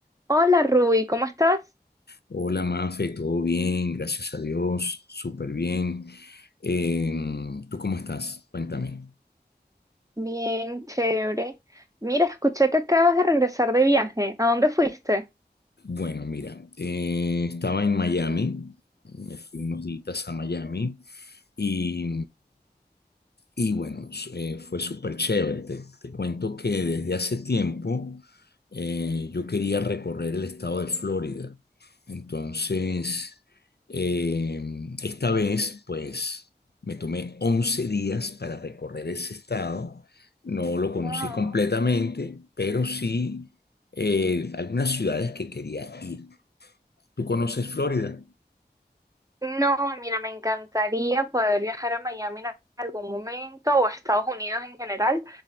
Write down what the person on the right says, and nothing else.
Hola Ruby, ¿cómo estás?
Bien, chévere. Mira, escuché que acabas de regresar de viaje. ¿A dónde fuiste?
Wow.
No, mira, me encantaría poder viajar a Miami en algún momento o a Estados Unidos en general,